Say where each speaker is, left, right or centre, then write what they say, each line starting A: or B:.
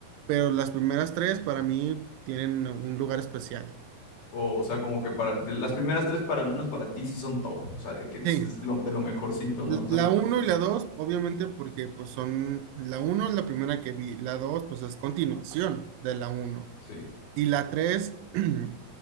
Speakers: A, on the right (about 80°); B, on the left (about 75°).
A: pero las primeras tres para mí tienen un lugar especial.
B: O, o sea, como que para las primeras tres, para al menos para ti, sí son top. O sea, de que es
A: Sí,
B: es lo- de lo mejorcito, ¿no?
A: l-
B: O sea,
A: la uno y la 2 obviamente porque pues son, la uno es la primera que vi, la 2 pues es continuación de la uno
B: sí.
A: Y la 3 <clears throat>